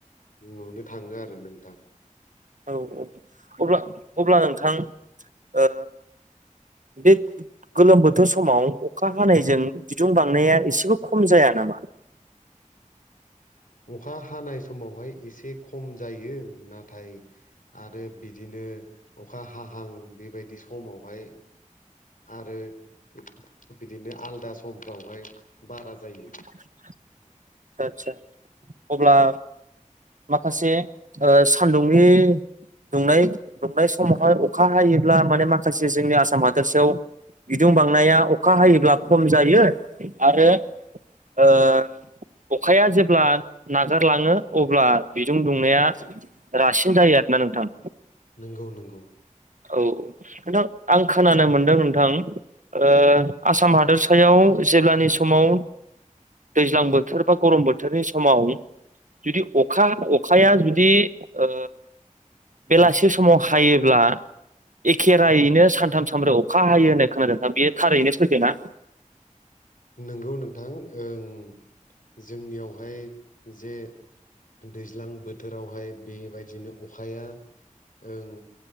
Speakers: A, on the left; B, on the right.
A: नुनो थाङो आरो नोंथां।
B: औ औ अब्ला अब्ला नोंथां ओ बे गोलोम बोथोर समाव अखा हानायजों बिदुं बांनाया इसेबो खम जाया नामा?
A: अखा हानाय समावहाय इसे खम जायो नाथाय आरो बिदिनो अखा हाहां बेबायदि समावहाय आरो बिदिनो आलदा समफ्रावहाय बारा जायो।
B: <inaudible> आदसा अब्ला माखासे ओ सान्दुंनि दुंनाय दुंनाय समावहाय अखा हायोब्ला माने माखासे जोंनि आसाम हादोरसायाव बिदुं बांनाया अखा हायोब्ला खम जायो आरो ओ अखाया जेब्ला नागारलाङो अब्ला बिजों दुंनाया रासिन जायो आरोना नोंथां।
A: नोंगौ नोंगौ।
B: औ नोंथां आं खोनानो मोनदों नोंथां ओ आसाम हादोरसायाव जेब्लानि समाव दैज्लां बोथोर बा गरम बोथोरनि समाव जुदि अखा अखाया जुदि ओ बेलासि समाव हायोब्ला एखेरायैनो सानथाम सानब्रै अखा हायो होननाय खोनादों बेयो थारैनो सैथोना?
A: नोंगौ नोंथां ओं जोंनियावहाय जे दैज्लां बोथोरावहाय बेबायदिनो अखाया ओं